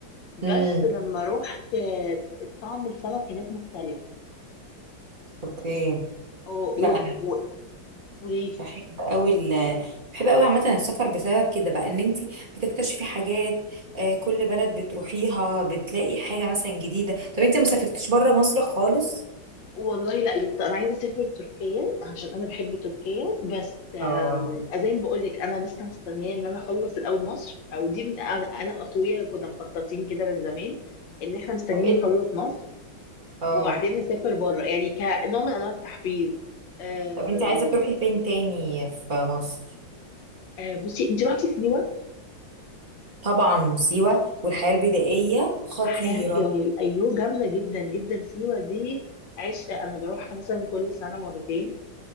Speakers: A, on the left (about 75°); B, on the right (about 30°).
A: بس
B: امم
A: لما روحت آه، طعم السمك هناك مختلف
B: اوكي
A: و-
B: لا
A: و-
B: بحب قوي ال بحب قوي عامة السفر بسبب كده بقى ان انت بتكتشفي حاجات آه، كل بلد بتروحيها بتلاقي حاجة مثلا جديدة طب انت ما سافرتيش بره مصر خالص
A: والله لا لسه انا عايزه اسافر تركيا عشان انا بحب تركيا بس آم،
B: اه
A: زي ما بقول لك انا لسه مستنيه ان انا اخلص الاول مصر او دي من انا انا واخويا كنا مخططين كده من زمان ان احنا مستنيين
B: طب ايه
A: نخلص
B: ال-
A: مصر
B: اه
A: وبعدين نسافر بره يعني كنوع من انواع التحفيز آم،
B: طب انت عايزة تروحي فين تاني في مصر
A: آه، بصي انت رحتي سيوه
B: طبعا سيوة والحياة البدائية خطيرة
A: احياء جمال ايوه جامده جدا جدا سيوه دي عشق انا بروحها مثلا كل سنه مرتين